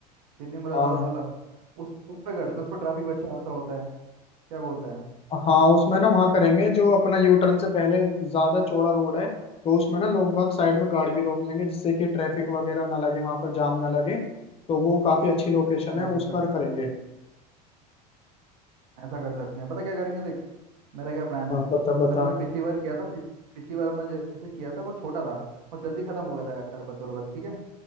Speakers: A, on the right (about 75°); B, on the left (about 30°).
A: दिल्ली मुरादाबाद
B: हाँ
A: वाला उस उस पर करते हैं उस पर ट्रैफिक भी अच्छा खासा होता है क्या बोलता है
B: हाँ उसमें ना वहां करेंगे जो अपना यू टर्न से पहले ज्यादा चौड़ा रोड है तो उसमें ना लोग बाग साइड में गाड़ी भी रोक लेंगे जिससे कि ट्रैफिक वगैरह ना लगे वहां पर जाम ना लगे तो वो काफी अच्छी लोकेशन
A: क्या
B: है
A: कर
B: उस पर
A: सक-
B: करेंगे
A: ऐसा कर सकते हैं पता क्या करेंगे देख मेरा क्या प्लान है
B: हाँ
A: जैसे
B: बता बता
A: अपने पिछली बार किया था पिछ- पिछली बार अपना जैसे किया था वो छोटा था और जल्दी खत्म हो गया था यार शरबत उरबत ठीक है